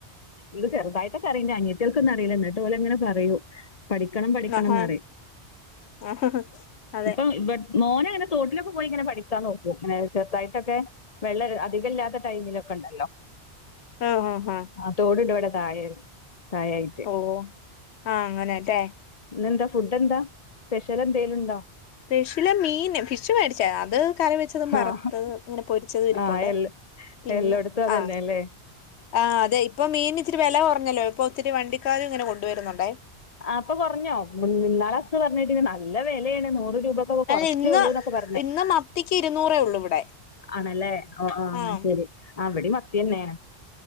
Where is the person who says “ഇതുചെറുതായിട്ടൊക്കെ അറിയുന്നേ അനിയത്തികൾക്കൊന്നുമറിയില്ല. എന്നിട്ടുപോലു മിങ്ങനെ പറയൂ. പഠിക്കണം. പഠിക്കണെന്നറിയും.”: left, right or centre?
Left